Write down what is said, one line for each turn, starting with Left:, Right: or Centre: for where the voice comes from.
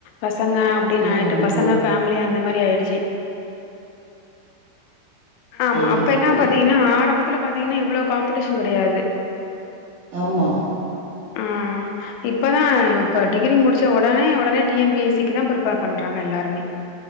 Left: பசங்க அப்டின்னு
Right: ம்
Left: ஆயிட்டு பசங்க
Right: புரி
Left: ஃபேமிலி அந்த மாரி ப்டி ஆயிடுச்சு ஆமா
Right: புரியுது
Left: அப்ப எல்லாம்
Right: புரியுது
Left: பாத்தீங்னா ஆரம்பத்துல பாத்தீங்கன்னா எவ்வளவு காம்படிஷன் கெடையாது
Right: ஆமா
Left: ஆஹ் இப்பதான் இப்ப டிகிரி முடிச்ச ஒடனே ஒடனே டிஎன் பிஎஸ்சிக்கு தான் பிரிப்பேர் பண்றாங்க எல்லாருமே